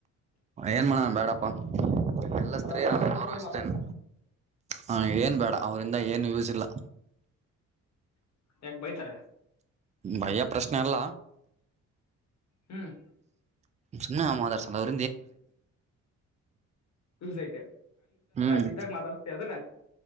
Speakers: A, on the right; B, on the left.
A: ಏನ್ ಮಾಡೋಣ ಬ್ಯಾಡಪ್ಪಾ ಎಲ್ಲ ಸ್ತ್ರೀಯ
B: ಅದ ಫ್ರೆಂಡ್ಸ್
A: ಅವರು
B: ಅಂತ ಹೋಗಿ
A: ಇಷ್ಟತೇನೆ.
B: ಮಾತಾಡ್ಸ
A: ಹಾ ಏನ್ ಬೇಡ ಅವರಿಂದ ಏನು ಯೂಸ್ ಇಲ್ಲ.
B: ಯಾಕ ಬೈತಾರ.
A: ಭಯ ಪ್ರಶ್ನೆ ಅಲ್ಲ.
B: ಹ್ಮ್
A: ಸುನ್ನ ಮಾದರ್ಂದ.
B: ಸ
A: ಹ್ಮ್
B: ಇದ್ದಾಗ ಮಾತಾಡ್ತ ಅದಲ್ಲ.